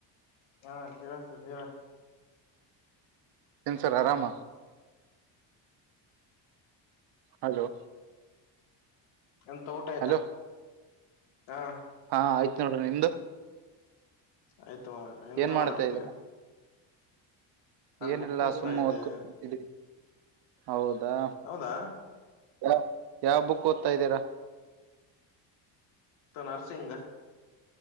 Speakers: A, on the left; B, on the right.
A: ಹಾ ಕೇಳುಸ್ತಾದ್ ಹೇಳ
B: ಇನ್ ಸರ್ ಆರಾಮ ಹಲೋ
A: ಎಂತ ಊಟ ಆಯ್ತಾ
B: ಹಲೋ
A: ಹಾ
B: ಹಾ ಆಯ್ತ ನೋಡ್ರಿ ನಿಮ್ದು
A: ಆಯ್ತು ಮ ಎಂತ
B: ಏನ್ ಮಾಡ್ತಾ
A: ಮಾಡ್ತಿದ್ದೆ
B: ಇದೀರಾ ಏನಿಲ್ಲ
A: ಬುಕ್ ಓದ್ತಾ
B: ಸುಮ್ಮು
A: ಇದ್ದೆ
B: ಓದ್ಕೂತ ಕೂತಿದ್ದೆ ಹೌದಾ
A: ಹೌದಾ
B: ಯಾವ ಯಾವ ಬುಕ್ ಓದ್ತಾ ಇದ್ದೀರಾ
A: ನರ್ಸಿಂಗ್